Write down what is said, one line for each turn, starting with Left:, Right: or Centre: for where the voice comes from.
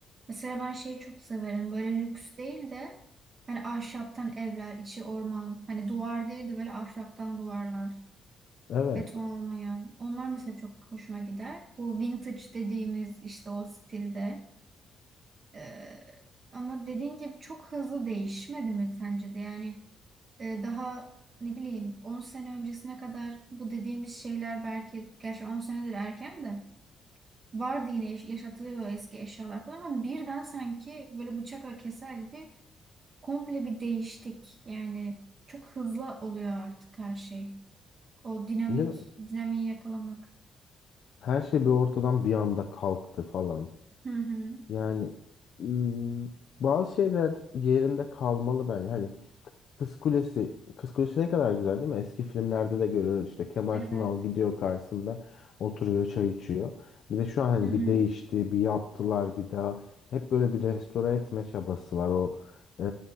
Right: Mesela ben şeyi çok severim. Böyle lüks değil de hani ahşaptan evler, içi orman. Hani duvar değil de böyle ahşaptan duvarlar.
Left: Evet.
Right: Beton olmayan. Onlar mesela çok hoşuma gider. Bu vintage dediğimiz işte o stilde. Ee, ama dediğin gibi çok hızlı değişmedi mi sence de? Yani e, daha ne bileyim On sene öncesine kadar bu dediğimiz şeyler belki gerçi 10 senedir erken de vardı yine yaş- yaşatılıyordu o eski eşyalar falan ama birden sanki böyle bıçakla keser gibi komple bir değiştik. Yani çok hızlı oluyor artık her şey. O dinamik
Left: Değil mi?
Right: dinamiği yakalamak.
Left: Her şey bir ortadan bir anda kalktı falan.
Right: Hı hı.
Left: Yani ım, bazı şeyler yerinde kalmalı bence. Hani Kız Kulesi, Kız Kulesi ne kadar güzel değil mi? Eski filmlerde de görüyoruz işte Kemal
Right: Evet.
Left: Sunal gidiyor karşısında oturuyor çay içiyor. Bir de şu an hani
Right: Hı hı.
Left: bir değişti, bir yaptılar bir daha. Hep böyle bir restore etme çabası var o e,